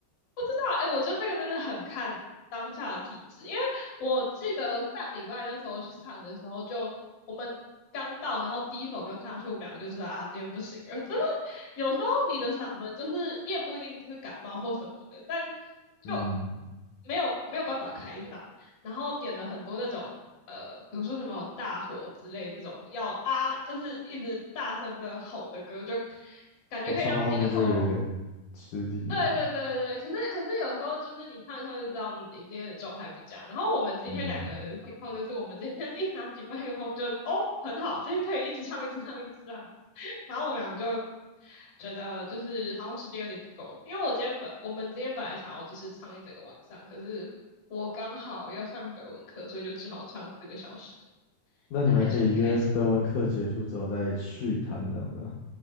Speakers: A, on the left (about 40°); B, on the left (about 80°).
A: 道，哎，我觉得这个真的很看当下的体质，因为我记得上礼拜那时候去唱的时候就，我们刚到，然后第一首歌唱上去，我们两个就知道啊，今天不行了。<laughs> 就是有时候你的嗓门，就是你也不一定是感冒或什么的，但就
B: <laughs> 嗯，
A: 没有没有办法开嗓，然后点了很多那种。呃，比如说什么大火之类这种要啊，就是一直大声的吼的歌，就感觉可以让自己的喉咙
B: 我唱到后面就有点吃力了。
A: 对对对对对，可是可是有时候就是你唱一唱就知道你今天的状态不佳。然后我们今天两个人的情况就是，
B: 嗯。
A: 我们今天 <laughs> 一拿起麦克风就哦很好，今天可以一直唱一直唱一直唱。然后我们俩就觉得就是好像时间有点不够，因为我今天本我们今天本来想要就是唱一整个晚上，可是我刚好要上德文课，所以就只好唱四个小时，
B: 那你们还可以约德文课结束之后再续谈这样子啊？
A: 但还是很开心。